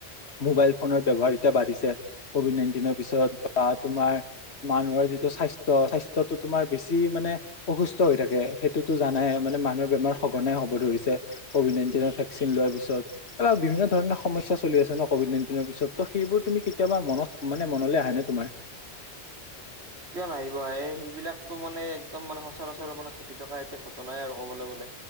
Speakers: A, on the left; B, on the right.
A: মোবাইল ফোনৰ ব্যৱহাৰ এতিয়া বাঢ়িছে কভিড নাইনটিনৰ পিছত বা তোমাৰ মানুহৰ যিটো স্বাস্থ্য, স্বাস্থ্যটো তোমাৰ বেছি মানে অসুস্থ হৈ থাকে, সেইটোতো জানাই? মানে মানুহৰ বেমাৰ সঘনাই হ'ব ধৰিছে। ক'ভিড নাইণ্টিনৰ ভেকচিন লোৱাৰ পিছত। এই বিভিন্ন ধৰণৰ সমস্যা চলি আছে ন' কভিড নাইণ্টিনৰ পিছত, ত' সেইবোৰ তুমি কেতিয়াবা মনত মানে মনলৈ আহেনে তোমাৰ?
B: কিয় নাহিব এ, সেইবিলাকতো মানে একদম মানে সচৰাচৰ মানে ঘটি থকা এতিয়া ঘটনাই আৰু কবলৈ গ'লে।